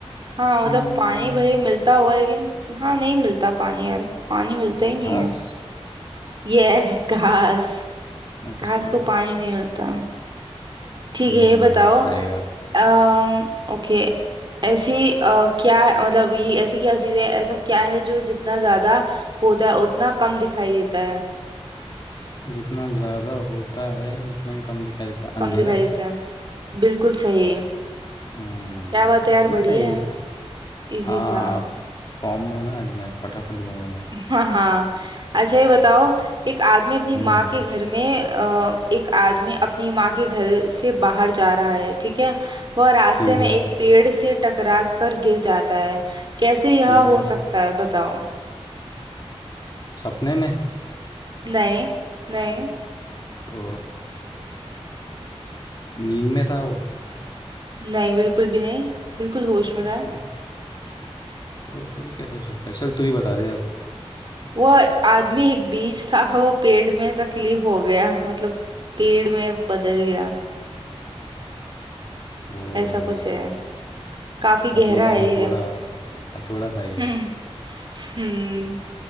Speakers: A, on the right (about 45°); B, on the left (about 40°).
A: हाँ मतलब
B: हम्म
A: पानी भले ही मिलता होगा लेकिन हाँ नहीं मिलता पानी यार पानी मिलता ही नहीं
B: घास
A: है यस <laughs> घास
B: अच्छा
A: घास को पानी नहीं मिलता ठीक
B: हम्म
A: है ये बताओ
B: सही कहा
A: अम्म ओके ऐसी अ, क्या मतलब ये ऐसी क्या चीज़ है ऐसा क्या है जो जितना ज्यादा होता है उतना कम दिखाई देता है
B: जितना ज़्यादा होता है उतना ही कम दिखाई देता
A: कम
B: अंधेरा
A: दिखाई देता है बिल्कुल सही
B: हम्म
A: क्या बात है यार
B: इजी
A: बढ़िया
B: था इजी
A: है
B: था
A: इजी
B: हाँ
A: था
B: फॉर्म में हो ना आज मैं फटाफट दूंगा मैं
A: हाँ हाँ अच्छा ये बताओ एक आदमी अपनी
B: हम्म
A: माँ के
B: पूछ
A: घर में अ, एक आदमी अपनी माँ के घर से बाहर जा रहा है ठीक है वह रास्ते
B: ठीक
A: में
B: है
A: एक पेड़ से टकरा कर गिर जाता है कैसे यह
B: ठीक
A: हो
B: है
A: सकता है बताओ
B: सपने में
A: नहीं नहीं
B: तो नींद में था वो
A: नहीं बिल्कुल भी नहीं बिल्कुल होश
B: अच्छा
A: में था
B: तो फिर कैसे हो सकता है चल तू ही बता दे अब
A: वह आदमी एक बीज था वो पेड़ में तकलीफ हो गया मतलब पेड़ में बदल गया
B: ओ
A: ऐसा कुछ है काफी
B: हथौड़ा
A: गहरा है
B: हथौड़ा
A: ये
B: हथौड़ा था
A: <laughs>
B: ये
A: हम्म